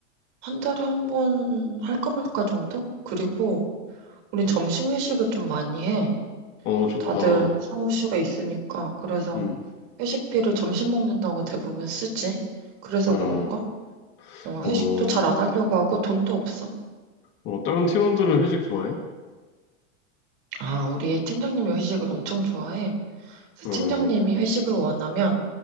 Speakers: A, on the right (about 35°); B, on the left (about 30°).
A: 한 달에 한 번 할까 말까 정도? 그리고 우린
B: 음,
A: 점심 회식을 좀 많이 해.
B: 어, 좋다.
A: 다들 사무실에 있으니까. 그래서
B: 음,
A: 회식비를 점심 먹는다고 대부분 쓰지. 그래서
B: 어,
A: 그런가? 어, 회식도
B: 어,
A: 잘 안 하려고 하고 돈도 없어.
B: 어, 다른 팀원들은 회식 좋아해?
A: 아, 우리 팀장님이 회식을 엄청 좋아해. 그래서
B: 어,
A: 팀장님이
B: 응,
A: 회식을 원하면